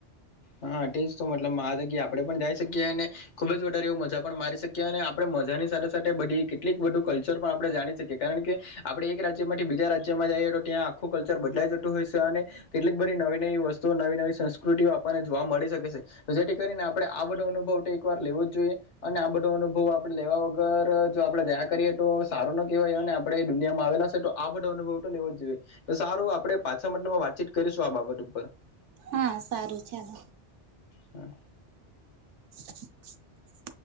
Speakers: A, on the left; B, on the right.
A: હા તેજ તો મતલબ મહાદગી આપડે પણ જઈ શકીએ અને ખુબ જ વધારે એવ મજા પણ મારી શકીએ અને આપડે મજાની સાથે સાથે બધી કેટલીક બધું કલ્ચર પણ આપડે જાણી શકીએ કારણ કે આપડે એક રાજ્યમાં બીજા રાજ્યમાં જઈએ તો ત્યાં આખું કલ્ચર બદલાઈ જતું હોય છે અને કેટલીક બધી નવી નવી વસ્તુઓ નવી નવી સંસ્કૃતિઓ આપણને જોવા મળી શકે છે. જેથી કરીને આપડે આ બધો અનુભવ તો એક વાર લેવો જ જોઈએ અને આ બધો અનુભવ આપડે લેવા વગર જો આપડે જયા કરીએ તો સારો ન કહેવાય અને આપડે દુનિયામાં આવેલા છે તો આ બધો અનુભવ તો લેવો જ જોઈએ તો સારું આપડે પાછા માટેમાં વાતચીત કરીશું આ બાબત ઉપર.
B: હા સારું ચાલો
A: હા.
B: <inaudible>